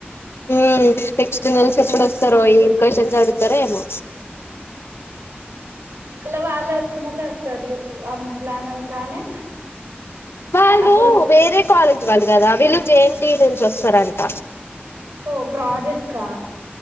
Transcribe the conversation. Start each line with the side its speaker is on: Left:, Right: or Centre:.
Left: ఉమ్ టెక్స్ట్ నల్స్
Right: అయిపోయినంక
Left: ఎప్పుడ వస్తారో ఏం క్వశ్చన్ అడుగుతారో ఏమో
Right: మళ్ళ వాళ్ళే వచ్చినోళ్ళే వస్తారు చూడు ఆ ముసలి ఆమె ఒక ఆమె
Left: వాళ్ళు
Right: అప్పుడు
Left: వేరే కాలేజ్ వాళ్ళు కదా వీళ్ళు జె ఎన్టియూ నుంచి వస్తారంట
Right: ఓ ప్రాజెక్ట్ కా